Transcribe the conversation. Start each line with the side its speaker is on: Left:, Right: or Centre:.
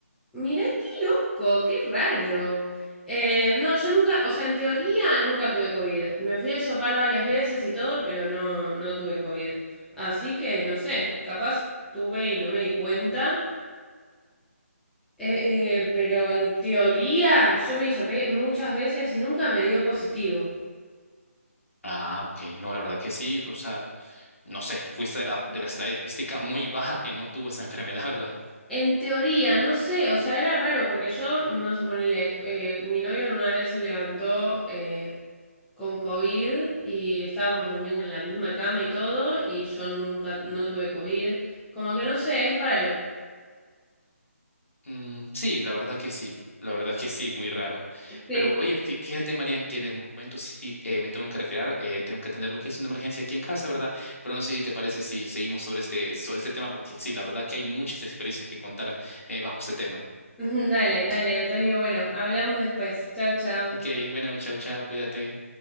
Centre: Mirá qué loco, qué raro. Eh, no, yo nunca, o sea, en teoría nunca tuve COVID. Me fui a hisopar varias veces y todo, pero no, no tuve COVID. Así que no sé, capaz tuve y no me di cuenta. Eh, eh, pero en teoría yo me hisopé muchas veces y nunca me dio positivo.
Left: Ah, ok. No, la verdad que sí. O sea, No sé, fuiste de la, de la estadística muy <laughs> baja que no tuvo esa enfermedad, ¿verdad?
Centre: En teoría, no sé, o sea, era raro porque yo, no sé, ponele, eh, mi novio en una vez se levantó eh, con COVID y estábamos durmiendo en la misma cama y todo, y yo nunca, no tuve COVID. Como que no sé, es raro.
Left: Mm, sí, la verdad que sí. La verdad que sí, muy raro.
Centre: Sí.
Left: Pero oye, fí- fíjate, Marian, que de momento sí eh, me tengo que retirar, eh, tengo que atender lo que es una emergencia aquí en casa, ¿verdad? Pero no sé si te parece si seguimos sobre este, sobre este tema, porque sí, la verdad que hay muchas experiencias que contar eh, bajo este tema.
Centre: <laughs> Dale, dale, Antonio, bueno, hablamos después. Chau, chau.
Left: Ok, bueno, chau, chau, cuídate.